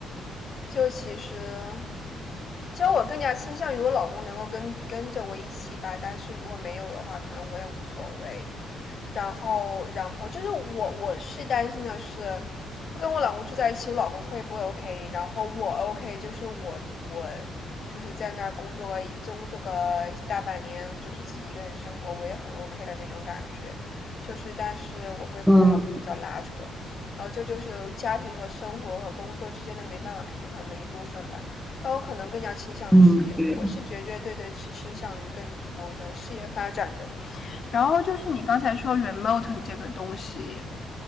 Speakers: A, on the left; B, in the centre.
A: 就其实，其实我更加倾向于我老公能够跟跟着我一起吧，但是如果没有的话，可能我也无所谓。然后，然后就是我我是担心的是，不跟我老公住在一起，我老公会不会 OK？然后我 OK，就是我我就是在那儿工作个工作个大半年，就是自己一个人生活，我也很 OK 的那种感觉。就是，但是我会和我老公比较拉扯。
B: 嗯
A: 然后这就是家庭和生活和工作之间的没办法平衡的一部分吧。但我可能更加倾向于事业，
B: 嗯，对。
A: 我是绝绝对对是倾向于跟我的事业发展的。然后就是你刚才说 remote 这个东西，